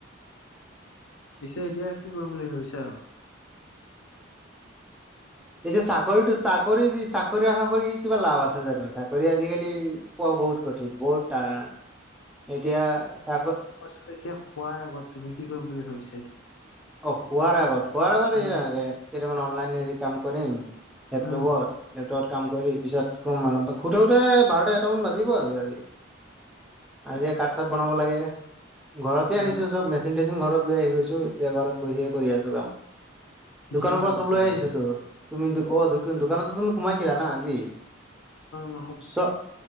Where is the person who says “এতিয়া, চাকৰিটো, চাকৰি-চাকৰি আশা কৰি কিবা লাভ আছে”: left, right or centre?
Centre